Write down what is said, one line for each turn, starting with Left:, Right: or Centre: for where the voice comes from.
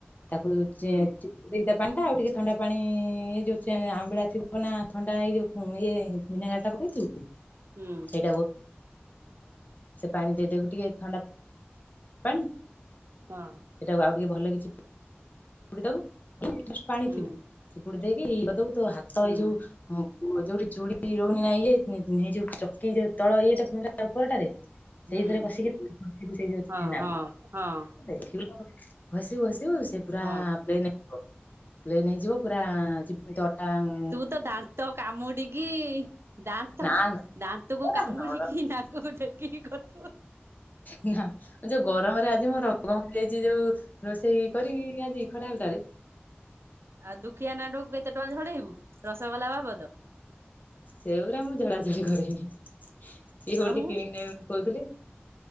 Left: ତାକୁ, ଯେ
Right: ହୁଁ
Left: <unintelligible> ଦିଟା ପାଣି ଟା ଆଉ ଟିକେ ଥଣ୍ଡା ପାଣି--ଏ ଯୋଉ ଆମ୍ବିଳା ଥିବ ନା ଥଣ୍ଡା ଏଇ ଯୋଉ ଇଏ, ଭିନେଗାର ଟା ପକେଇଛୁ।
Right: ହୁଁ,
Left: <unintelligible> ସେ ପାଣି ଦେଇଦବୁ ଟିକେ ଥଣ୍ଡା ପାଣି।
Right: ହଁ,
Left: ସେଟାକୁ ଆଉ ଟିକେ ଭଲେଇ କି ଛି ଦବୁ ପାଣି
Right: ହୁଁ
Left: ଥିବ, ଚିପୁଡି ଦେଇକିଦବୁ ତୁ ହାତ
Right: ହୁଁ
Left: ଏଇ ଯୋଉ, ଯୋଉଠି ଚୁଡ଼ି ରହୁନି ନା ଇଏଇ ଏଯୋଉ ଚକି ଯୋଉ ତଳ ଇଏଟା ଉପରଟାରେ।
Right: ହୁଁ
Left: ସେଇଥରେ କସିକି ସେଇଯୋଉ
Right: ହଁ
Left: ଠେନାକୁ
Right: ହଁ ହଁ
Left: ଦେଖିବୁ। ହସିବୁ ହସିବୁ ସେ ପୁରା
Right: ହଁ
Left: ପ୍ଇନେ। ପ୍ପ୍ଲେଇନ ହେଇଯିବ ପୁରା ଯିତି ଅଟାଙ୍ଗ,
Right: ତୁ ତ ଦାନ୍ତ କାମୁଡିକି, ଦାନ୍ତ
Left: ନା ନା
Right: ଦାନ୍ତକୁ
Left: ପୁରା
Right: କାମୁଡିକି
Left: ନରମ
Right: ନାକକୁ ଡେକିକି କରଥୁ।
Left: ନା ଯୋଉ ଗରମରେ ଆଜି ମୁଁ ରଙ୍ଗ ମିଯାଇଛି ଯୋଉ, ରୋଷେଇ କରିକି ଆଜି ଖରା ହେଲଟାରେ।
Right: ଆଉ ଦୁଖିଆନାଟୁ କେତେ ଟଙ୍କା ଝଡେଇବୁ ରସଗୋଲା ବାବଦ,
Left: ସେଗୁରା ମୁଁ ଝଡାଝଡି କରେନି ସିଏ ଓଲଟି
Right: ଆଉ
Left: କିଣିକି ନେବେ ବୋଲି କହୁଥିଲେ।